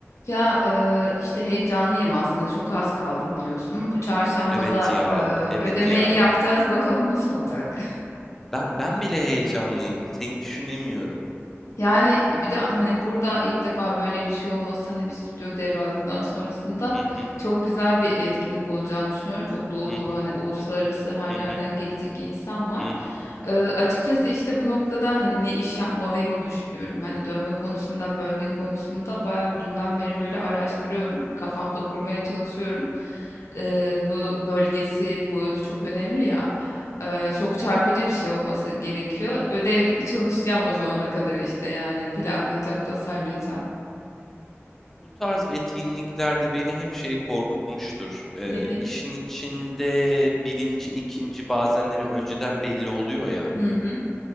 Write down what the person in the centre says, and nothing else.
Hı hı.
Evet
ya,
evet
ya.
Ben ben bile heyecanlıyım. Seni düşünemiyorum.
Hı hı,
hı
hı,
hı
hı,
hı hı,
hı
hı,
hı hı.
Tabii.
Bu tarz etkinliklerde beni hep şey korkutmuştur. Ee,
işin içinde birinci, ikinci bazenleri önceden belli oluyor ya.